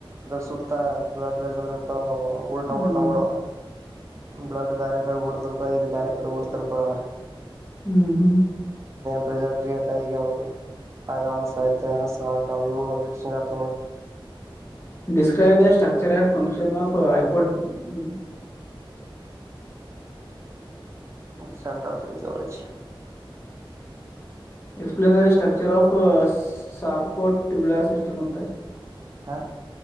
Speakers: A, on the right; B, on the left.
A: ಸುತ್ತ ಬ್ಲಡ್ ವೆಜರ್ ಇರ್ತಾವ ಉಊಲ್ಟಾ
B: ಹ್ಮ್
A: ಉಊಲ್ಟ ಓಡುವ. ಬ್ಲಡ್ ಬ್ಯಾರಕೇಡ್ ಓಡ್ತಿರ್ತದೆ ಇದು ಬ್ಯಾರಕೇಡ್ ಓಡ್ತಿರ್ತದಲ್ಲಾ.
B: ಹ್ಮ್ ಹ್ಮ್.
A: ಪ್ರೆಜರ್ ಕ್ರಿಯೇಟ್ ಆಗಿವುಯನ್ಸ್ ಆಯತ ಆಲ್ಟ್ ಇ ಎಕ್ಜ್ ಆತ ನೋಡಿ.
B: ಡಿಸಸ್ಕ್ರಬ್ ದ ಸ್ಟ್ರಚರ್ಂಡ್ ಫಕ್ಷನ್ ಫ್ ಆಐಪೋಡ್ಂತ.
A: ಸೆಂಟ್ರ physiology. <unintelligible>
B: Explain a structure of sarcotubular system ಅಂತ.
A: ಹಾ.